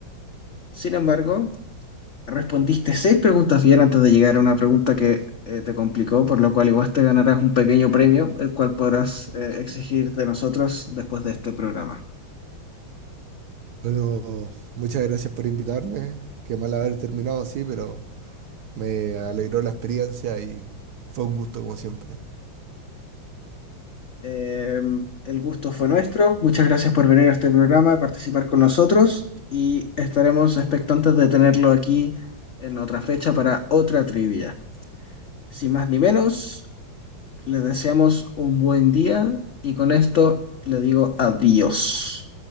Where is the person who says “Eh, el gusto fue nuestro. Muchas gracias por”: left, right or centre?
Left